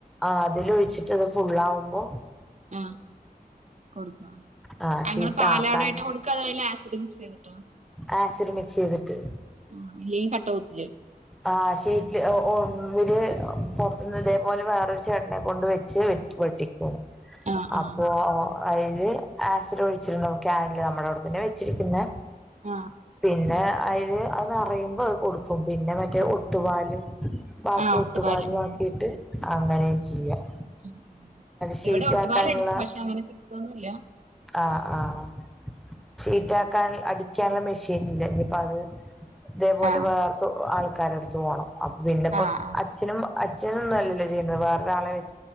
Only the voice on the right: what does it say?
ആഹ് കൊടുക്കുക
അങ്ങള്
പാലാടായിട്ട് കൊടുക്കാ അതല്ല ആസിഡും ചെയ്തിട്ടോ
ആഹ് <unintelligible>
ആഹ് ആഹ്
ആഹ്
കൊടുക്കും
ആഹ്
ആഹ് ഒട്ടുപാല്
ഉം
ഉം
ഉം ഉം
ഇവിടെ ഒട്ടുപാല്
എടുക്കും പക്ഷെ അങ്ങനെ കിട്ടൊന്നുല്ല
ആഹ്
ആഹ് ആഹ്